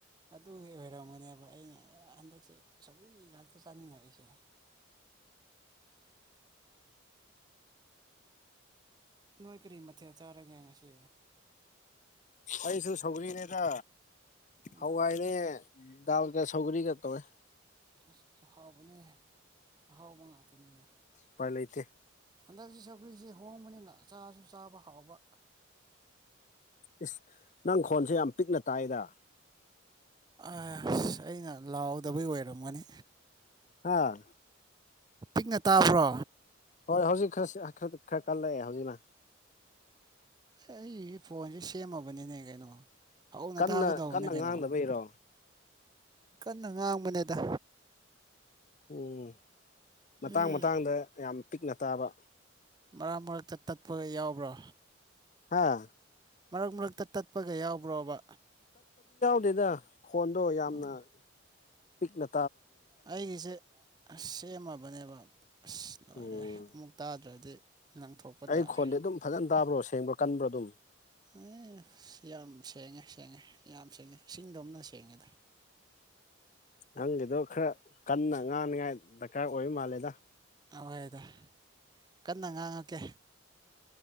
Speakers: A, on the right; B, on the left.
A: ꯑꯗꯨꯒꯤ ꯑꯣꯏꯔꯝꯒꯅꯦꯕ ꯑꯩꯅ ꯍꯟꯗꯛꯁꯦ ꯁꯧ꯭ꯔꯤ ꯉꯥꯛꯇ ꯆꯥꯅꯤꯡꯉꯛꯏꯁꯦ <inaudible> ꯅꯣꯏ ꯀꯔꯤ ꯃꯊꯦꯜ ꯆꯥꯔꯒꯦ ꯉꯁꯤ
B: ꯑꯩꯁꯨ ꯁꯧꯔꯤꯅꯦꯗ
A: ꯎꯝ
B: ꯍꯋꯥꯏꯅꯦ ꯗꯗꯥ ꯀꯌꯥ ꯁꯧꯒꯔꯤ ꯀ ꯇꯧꯃꯦ
A: ꯑꯁ ꯑ ꯍꯥꯎꯕꯅꯤꯍ ꯑꯍꯥꯎꯕ ꯉꯥꯛꯇꯅꯤꯅꯦ
B: ꯄꯥꯏ ꯂꯩꯇ
A: ꯍꯟꯗꯛꯁꯤ ꯁꯧꯒ꯭ꯔꯤꯁꯤ ꯍꯣꯡꯕꯅꯤꯅ ꯆꯥꯁꯨ ꯆꯥꯕ ꯍꯥꯎꯕ
B: ꯏꯁ ꯅꯪ ꯈꯣꯟꯁꯦ ꯌꯥꯝ ꯄꯤꯛꯅ ꯇꯥꯏꯗ
A: ꯑ ꯑꯁ ꯑꯩꯅ ꯂꯥꯎꯗꯕꯩ ꯑꯣꯏꯔꯝꯒꯅꯤ
B: ꯍꯥꯥ
A: ꯄꯤꯛꯅ ꯇꯥꯕ꯭ꯔꯣ
B: ꯍꯣꯏ ꯍꯧꯖꯤꯛ ꯈꯔ ꯈꯔ ꯈꯔ ꯈꯜꯂꯛꯑꯦ ꯍꯧꯖꯤꯛꯅ
A: ꯑꯩꯒꯤ ꯐꯣꯟꯁꯦ ꯁꯦꯝꯃꯕꯅꯤꯅꯦ ꯀꯩꯅꯣ ꯍꯧꯅ
B: ꯀꯟꯅ
A: ꯇꯥꯒꯗꯧꯕꯅꯦ
B: ꯀꯟꯅ
A: ꯀꯩꯅꯣ
B: ꯉꯥꯡꯗꯕꯩꯔꯣ
A: ꯀꯟꯅ ꯉꯥꯡꯕꯅꯦꯗ
B: ꯎꯝ ꯃꯇꯥꯡ
A: ꯎꯝ
B: ꯃꯇꯥꯡꯗ ꯌꯥꯝ ꯄꯤꯛꯅ ꯇꯥꯕ
A: ꯃꯔꯛ ꯃꯔꯛꯛꯇ ꯇꯠꯄ ꯌꯥꯎꯕ꯭ꯔꯥ
B: ꯍꯥꯝ
A: ꯃꯔꯛ ꯃꯔꯛꯇ ꯇꯠꯄꯒ ꯌꯥꯎꯕ꯭ꯔꯣꯕ
B: ꯑꯗꯨꯗ ꯈꯣꯟꯗꯣ ꯌꯥꯝꯅ
A: ꯎꯝ
B: ꯄꯤꯛꯂ
A: ꯑꯩꯒꯤꯁꯦ ꯁꯦꯝꯃꯕꯅꯦꯕ ꯑꯁ ꯂꯣꯏꯔꯦ
B: ꯎꯝ
A: ꯑꯃꯨꯛ ꯇꯥꯗ꯭ꯔꯗꯤ ꯂꯪꯊꯣꯛꯄ
B: ꯑꯩ
A: ꯇꯥꯔꯦ
B: ꯈꯣꯟꯗꯤ ꯑꯗꯨꯝ ꯐꯖꯅ ꯇꯥꯕ꯭ꯔꯣ ꯁꯦꯡꯕ꯭ꯔꯥ ꯀꯟꯕ꯭ꯔꯥ ꯑꯗꯨꯝ
A: ꯑꯦ ꯌꯥꯝ ꯁꯦꯡꯉꯦ ꯁꯦꯡꯉꯦ ꯌꯥꯝ ꯁꯦꯡꯉꯦ ꯏꯁꯤꯡꯗꯣꯝꯅ ꯁꯦꯡꯉꯦꯗ <inaudible>
B: ꯅꯪꯒꯤꯗꯣ ꯈꯔ ꯀꯟꯅ ꯉꯥꯡꯅꯤꯉꯥꯏ ꯗꯔꯀꯥꯔ ꯑꯣꯏ ꯃꯥꯜꯂꯦꯗ
A: ꯑꯣꯏꯗꯣ ꯀꯟꯅ ꯉꯥꯡꯉꯒꯦ